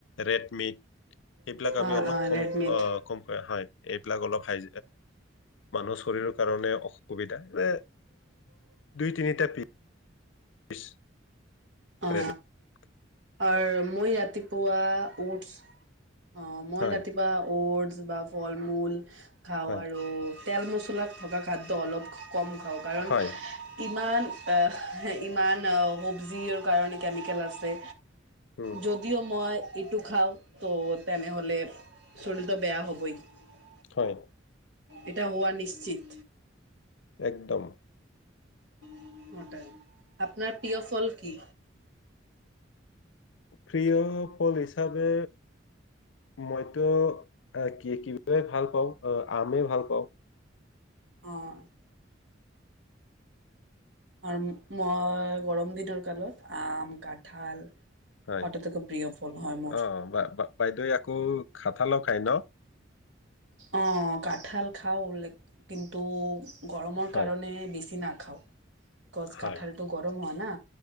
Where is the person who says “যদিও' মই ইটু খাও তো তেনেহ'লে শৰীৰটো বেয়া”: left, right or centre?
Right